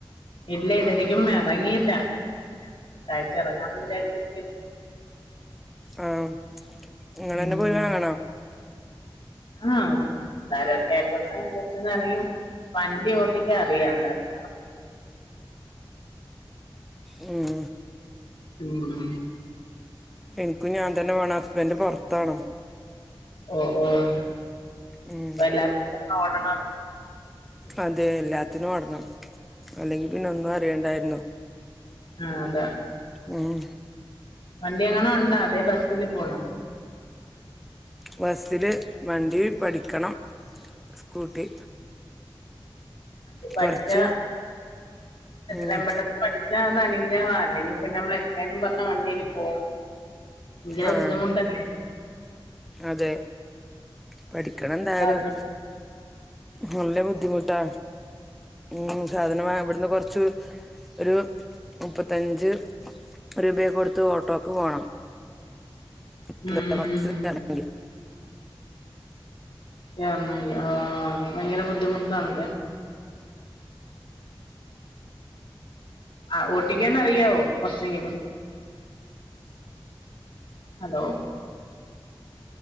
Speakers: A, on the left (about 70°); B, in the centre.
A: ഇല്ല ഇത് വരിക്കും എറങ്ങിയില്ല അടുത്ത ആഴ്ച ഇറങ്ങാന്ന് വിചാരിച്ച് ഇരിക്കാന്
B: ആഹ് ഇങ്ങളെന്നെ
A: ഉം
B: പോയി വാങ്ങണോ
A: ആഹ് എല്ലാരൊക്കെ ആയിട്ടൊന്ന് ബസ്സിന്ന് ഇറങ്ങി വണ്ടി ഓട്ടിക്ക അറിയാ അ
B: ഉം
A: ഉം
B: എനിക്കും ഞാൻ തന്നെ വേണം ഹസ്ബൻഡ് പുറത്താണ്
A: ഓഹ് ഓഹ്
B: ഉം
A: എല്ലാത്തിനും കൂടെ ഓടണം
B: അതെ എല്ലാത്തിനും ഓടണം അല്ലെങ്കിൽ പിന്നെ ഒന്നും അറിയണ്ടായിരുന്നു
A: ആഹ് അതെ
B: ഉം
A: വണ്ടിയെങ്ങാനും ഉണ്ടോ അതെ ബസ്സില് പോണോ
B: ബസ്സില് വണ്ടി പഠിക്കണം സ്കൂട്ടി
A: വണ്ടി പഠിച്ച
B: കൊറച്ച്
A: എത്രേം
B: ഉം
A: പെട്ടെന്ന് പഠിച്ച അതനുഗ്രഹ അല്ലെങ്കിൽ പിന്നെ നമ്മൾ എത്രയും പറഞ്ഞ വണ്ടീല് പോകും ഭയങ്കര
B: ആഹ്
A: ബുദ്ധിമുട്ടല്ലേ
B: അതെ പഠിക്കണം എന്തായാലും
A: സാധനം
B: നല്ല ബുദ്ധിമുട്ടാ ഉം സാധനവാങ്ങാ ഇവിടെന്ന് കുറച്ച് ഒരു മുപ്പത്തഞ്ച് രൂപ ഒക്കെ കൊടുത്ത് ഓട്ടോക്ക് പോണം <inaudible>
A: ഉം ഉം
B: ബസ്സിന്
A: ഉം
B: വരാണെങ്കിൽ
A: ആഹ് അത് ഭയങ്കര ബുദ്ധിമുട്ടാണല്ലേ ആഹ് ഓട്ടിക്കാൻ അറിയാവോ കുറച്ചെങ്കിലും ഹലോ